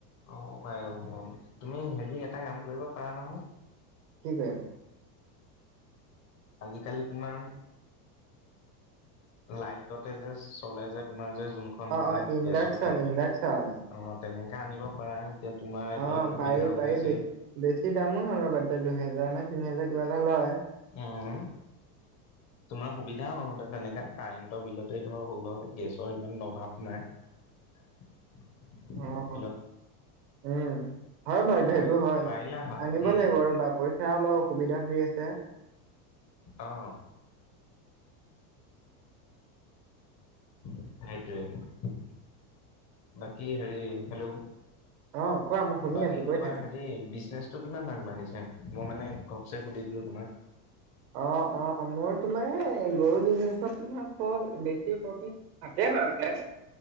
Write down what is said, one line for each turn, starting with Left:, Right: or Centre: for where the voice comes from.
Left: অ উপাই <unintelligible> অ, তুমি হেৰি এটা কাম কৰিব পাৰা নহয়?
Right: কি পাৰিম?
Left: আজিকালি কিমান লাইটতে যে চলে যে তোমাৰ যে যোনখন
Right: অ',
Left: যে
Right: অ', ইণ্ডাকচন
Left: গেছতে।
Right: ইণ্ডাকচন
Left: অ তেনেকা আনিব পাৰা, এতিয়া তোমাৰ এইবিলাক
Right: অ',
Left: সুবিধা
Right: পাৰি
Left: ওলাইছে।
Right: পাৰি বেছি বেছি দামো নলব তাতে দুহেজাৰ নে তিনি হেজাৰ কিবা এটা লয়।
Left: উম। তোমাৰ সুবিধা হলহেতেন তেনেকা কাৰেণ্টৰ বিলতে তোমাৰ হল হয়, গেছৰ ইমান অভাৱ নাই। <inaudible>
Right: অ।
Left: হেল্ল'
Right: উম, হয় বাৰু
Left: পাই
Right: সেইটো হয়,
Left: পাৰিলা হয়
Right: আনিব
Left: উম
Right: লাগিব ৰবা- পইচাৰ অলপ অসুবিধা হৈ আছে।
Left: অহ। সেইটোৱে, বাকি হৰি হেল্ল'!
Right: অ কোৱা মই শুনি
Left: বাকী
Right: আছো কৈ
Left: তোমাৰ
Right: থাকা।
Left: হেৰি বিজনেচ টো কিমান আগবাঢ়িছে, মই মানে ঘপচে সুধি দিলো তোমাক?
Right: অ অ মোৰ তোমাৰ এ গৰু বিজনেচটোত তোমাৰ ক বেছি প্ৰ থাকে বাৰু তে,